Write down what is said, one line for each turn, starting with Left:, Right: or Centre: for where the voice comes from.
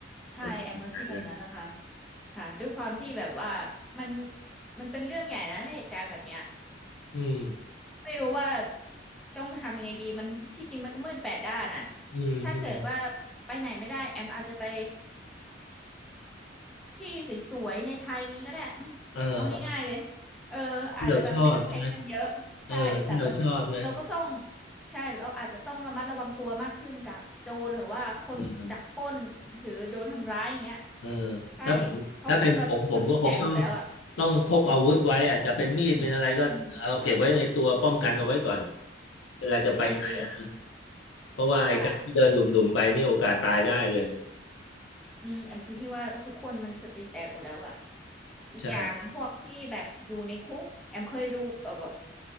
Centre: ใช่แอมก็คิดแบบนั้นนะคะ
Left: ผมคิดอย่างนั้นนะ
Centre: ค่ะด้วยความที่แบบว่ามันมันเป็นเรื่องใหญ่นะถ้าเหตุการณ์แบบเนี้ย
Left: อืม
Centre: ไม่รู้ว่าต้องทำยังไงดีมันที่จริงมันก็มืดแปดด้านอ่ะ
Left: อืมอืม
Centre: ถ้าเกิดว่าไปไหนไม่ได้แอมอาจจะไป ที่สวยๆในไทยอย่างนี้ก็ได้อืมเอาง่ายๆเลย
Left: เออเออ
Centre: เอออาจจะแบบไม่ต้องใช้เงินเยอะใช่แต่แบบเราก็ต้อง
Left: ที่เราชอบใช่ไหมเออที่เราชอบนะ
Centre: ใช่เราอาจจะต้องระมัดระวังตัวมากขึ้นจากโจรหรือว่าคนดักปล้นหรือโดนทำร้ายอย่างเงี้ย
Left: เออเออ
Centre: ใช่
Left: ถ้าผมถ้าเป็นผมผมก็คงต้อง
Centre: เพราะคนแบบสติแตกหมดแล้วอ่ะ
Left: ต้องพกอาวุธไว้อะจะเป็นมีดเป็นอะไรก็เอาเก็บไว้ในตัวป้องกันเอาไว้ก่อน
Centre: อืม
Left: เวลาจะไปไหนอะ
Centre: จริงจริง
Left: เพราะว่าไอ้การที่เดินดุ่มๆไปนี่โอกาสตายได้เลย
Centre: ใช่ อืมแอมคือคิดว่าทุกคนมันสติแตกหมดแล้วอะอีกอย่างพวกที่แบบอยู่ในคุกแอมเคยดูเอ่อแบบ
Left: ใช่